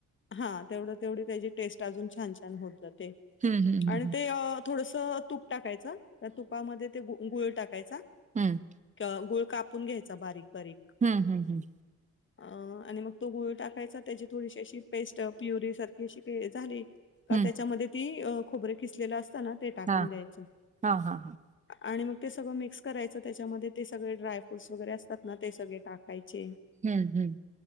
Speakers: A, on the left; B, on the right.
A: हा तेवढ-तेवढी त्याची टेस्ट अजून छान छान होत जाते
B: हं, हं, हं,
A: आणि
B: हं.
A: ते अ थोडस तूप टाकायच, त्या तुपामध्ये ते गुळ टाकायचा.
B: हम्म
A: क गुळ कापून घ्यायचा बारीक बारीक.
B: हम्म हम्म हं
A: अ आणि मग तो गुळ टाकायचा त्याची थोडीशी अशी पेस्ट प्युरी सारखी अशी की झाली का
B: हं.
A: त्याच्यामध्ये ती खोबर खिसलेल असत ना ते टाकून
B: हा
A: द्यायचं.
B: हा हा हा
A: आणि मग ते सगळं मिक्स करायचं त्याच्यामध्ये ते सगळे ड्राय फ्रूटस वगैरे असतात ना ते सगळे टाकायचे.
B: हम्म हम्म,